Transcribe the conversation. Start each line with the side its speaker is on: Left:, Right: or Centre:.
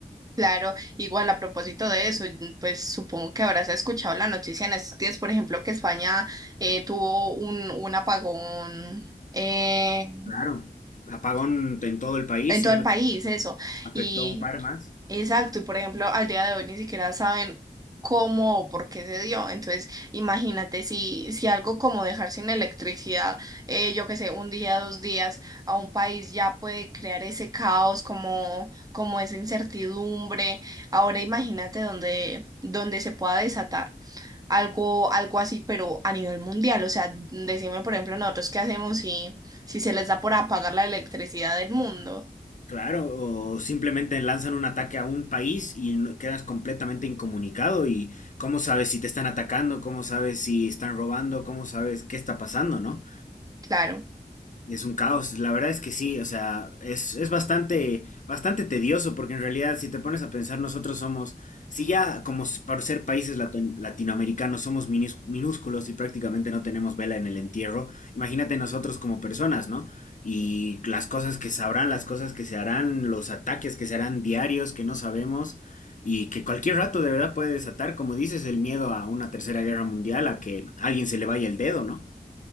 Right: Claro, igual a propósito de eso, y, pues supongo que habrás escuchado la noticia en estos días, por ejemplo, que España eh, tuvo un, un apagón. eh,
Left: Claro. Apagón en todo el país,
Right: en
Left: si
Right: todo
Left: no
Right: el
Left: me
Right: país,
Left: equivoco,
Right: eso.
Left: afectó
Right: Y
Left: a un par más.
Right: exacto, y por ejemplo, al día de hoy ni siquiera saben cómo o por qué se dio. Entonces, imagínate si, si algo como dejar sin electricidad, eh, yo qué sé, un día, dos días a un país ya puede crear ese caos, como, como esa incertidumbre. Ahora imagínate donde, donde se pueda desatar algo, algo así, pero a nivel mundial. O sea, decime, por ejemplo, nosotros qué hacemos si, si se les da por apagar la electricidad del mundo.
Left: Claro, o simplemente lanzan un ataque a un país y no- quedas completamente incomunicado y cómo sabes si te están atacando, cómo sabes si están robando, cómo sabes qué está pasando, ¿no?
Right: Claro,
Left: Es un caos, la verdad es que sí, o sea, es, es bastante, bastante tedioso porque en realidad si te pones a pensar nosotros somos, si ya como s- por ser países latin- latinoamericanos somos minis- minúsculos y prácticamente no tenemos vela en el entierro, imagínate nosotros como personas, ¿no? Y las cosas que sabrán, las cosas que se harán, los ataques que se harán diarios que no sabemos y que cualquier rato de verdad puede desatar, como dices, el miedo a una tercera guerra mundial, a que a alguien se le vaya el dedo, ¿no?